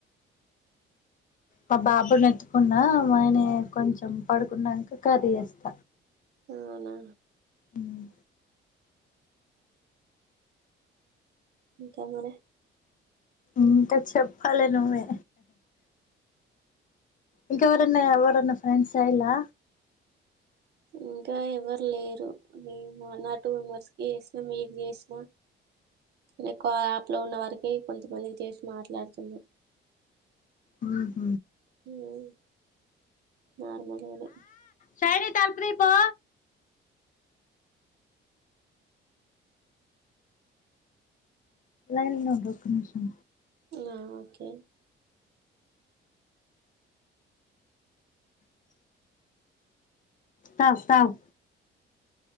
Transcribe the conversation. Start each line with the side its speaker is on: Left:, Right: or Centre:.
Left: మా బాబు నెత్తుకున్న వాని కొంచెం పడుకున్నంక కర్రీ యేస్త
Right: అవునా
Left: ఊమ్
Right: ఇంక మోనే
Left: ఇంక చెప్పాలే నువ్వే ఇంకా ఎవరన్నా ఎవరన్నా ఫ్రెండ్స్ అయిలా
Right: ఇంకా ఎవ్వరు లేరు నేమో నా టూ మెంబర్స్కి యేస్నా మీకు యేస్నా కానీ కా యాప్ లో ఉన్న వారికి కొంతమందికి చేషి మాట్లాడుతున్నా.
Left: ఆహ
Right: ఊమ్ నార్మల్గానే
Left: టాడి తలుపు తీ పో లైన్లో ఉండు ఒక నిమిషం
Right: ఆ ఓకే
Left: తావ్ తావ్